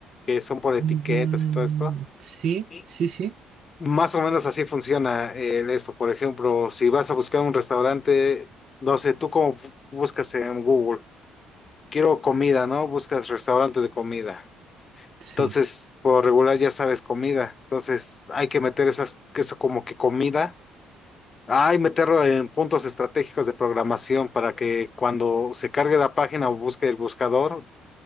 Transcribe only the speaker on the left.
que son por etiquetas
y todo esto.
Sí.
Más o menos así funciona el eso. Por ejemplo, si vas a buscar un restaurante, no sé, tú cómo bu- buscas en Google, quiero comida, ¿no? Buscas restaurante de comida.
Entonces, por regular ya sabes comida. Entonces, hay que meter esas, que eso como que comida. Hay meterlo en puntos estratégicos de programación para que cuando se cargue la página o busque el buscador